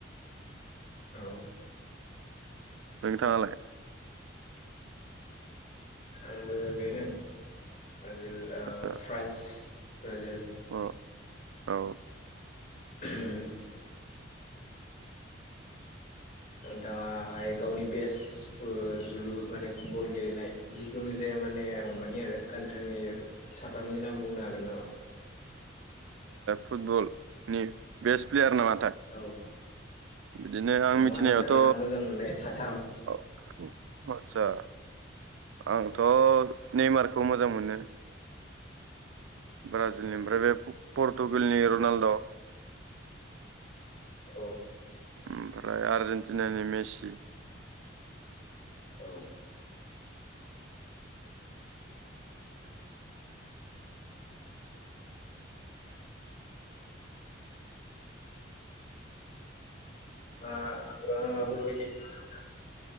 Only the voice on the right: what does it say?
नोंथाङालाय,
आदसा
अ औ
फुटबलनि बेस्ट प्लेयार नामा?
बिदिनो आं
मिथिनायावथ'
आदसा आंथ' नेमारखौ मोजां मोनो, ब्राजिलनि ओमफ्राय बे पर्तुगालनि रनालद'
ओमफ्राय आर्जेेनटिनानि मेसि,